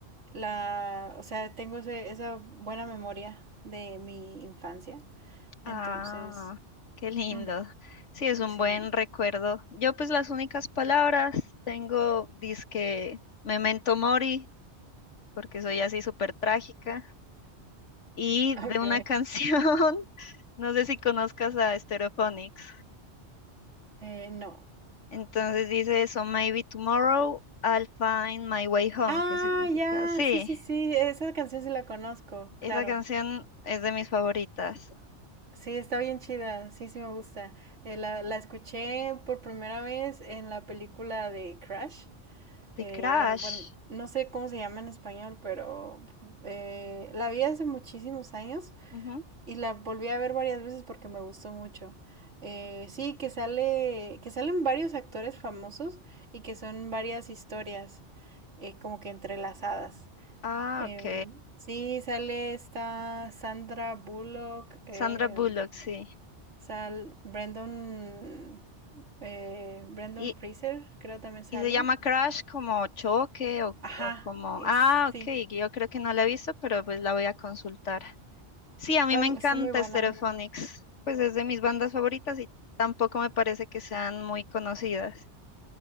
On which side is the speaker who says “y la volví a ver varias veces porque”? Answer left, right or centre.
Right